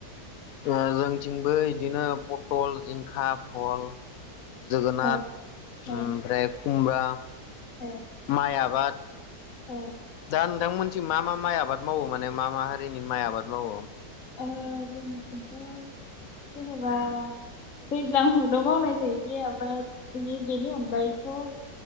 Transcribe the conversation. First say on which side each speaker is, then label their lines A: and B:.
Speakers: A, on the left; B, on the left.
A: ओ जोंथिंबो इदिनो पथल जिंखा फल जोगोनार
B: औ ए
A: ओमफ्राय खुमब्रा
B: ए
A: माइ आबाद
B: औ
A: दा नोंथांमोन थिं मा मा माइ आबाद मावो माने मा मा हारिनि माइ आबाद मावो?
B: ओ जोंनिखौनथ' जेनेबा दैज्लां आवल'मावनाय जायो गैया बाद बिनि बेनि अनगायैथ'